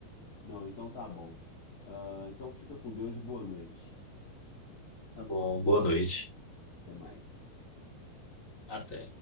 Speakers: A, on the left (about 45°); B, on the left (about 20°).
A: Não, então tá bom. Ah, então fica com Deus e boa noite.
B: Tá bom, boa noite.
A: Até mais.
B: Até.